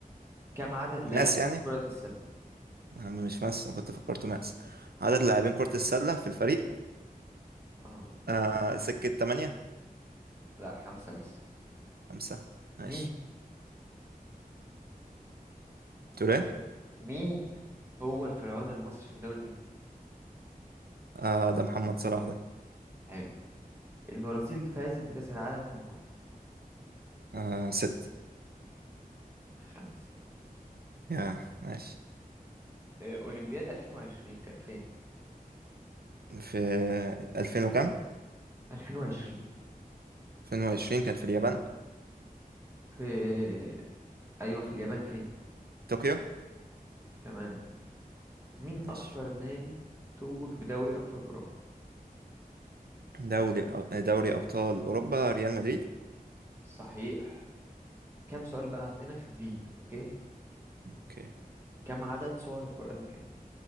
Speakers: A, on the right; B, on the right.
A: كم عدد لاعبين
B: ماس يعني
A: كرة السلة؟
B: يا عم مش ماس أنا كنت فكرته ماس عدد لاعبين كرة السلة في الفريق
A: أه
B: آه سكة تمانية
A: لا خمسة بس
B: خمسة
A: مين
B: ماشي توريه
A: مين هو الفرعون المصري في الدوري الإنجليزي؟
B: آه ده محمد صلاح ده
A: حلو البرازيل فازت بكأس العالم كم مرة؟
B: آه ست
A: خمسة
B: يا ماشي
A: آه، أولمبياد 2020 كانت فين؟
B: في ألفين وكام؟
A: 2020
B: ألفين وعشرين كانت في اليابان
A: في أيوه في اليابان فين؟
B: طوكيو
A: تمام مين أكتر
B: ماشي
A: نادي توج بدوري أبطال أوروبا؟
B: دوري دوري أبطال أوروبا ريال مدريد
A: صحيح كم سؤال بقى عندنا في الدين أوكي
B: اوكي
A: كم عدد سور القرآن الكريم؟